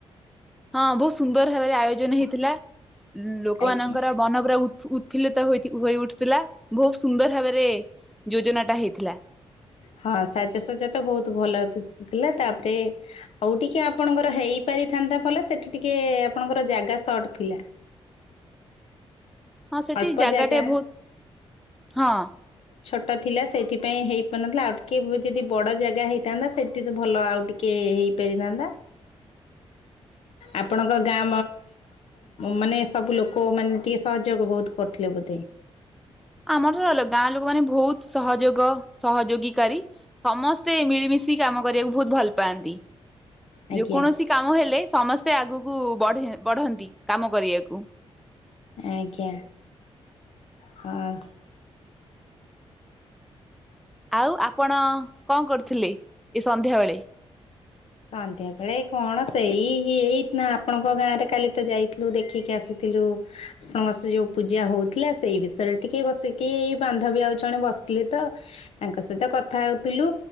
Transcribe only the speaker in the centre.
ହଁ ବହୁତ ସୁନ୍ଦର ଭାବରେ ଆୟୋଜନ ହେଇଥିଲା ଲୋକମାନଙ୍କର
ବନ ପରା ଉ ଉତ୍ଫୁଲିତ ହୋଇ ଉଠୁଥିଲା ବହୁତ ସୁନ୍ଦର ଭାବରେ ଯୋଜନା ଟା ହେଇଥିଲା।
ହଁ ସେଠି
ଜାଗାଟେ
ବହୁତ ହଁ
ଆମର ରଲ ଗାଁ ଲୋକ ମାନେ ବହୁତ ସହଯୋଗ ସହଯୋଗୀକାରାରୀ। ସମସ୍ତେ ମିଳିମିଶି କାମ କରିବାକୁ ବହୁତ ଭଲ ପାଆନ୍ତି।
ଯେ କୌଣସି କାମ ହେଲେ ସମସ୍ତେ ଆଗକୁ ବଢ ବଢନ୍ତି କାମ କରିବାକୁ।
ଆଉ ଆପଣ କଣ କରୁଥିଲେ ଏ ସନ୍ଧ୍ୟାବେେଳେ?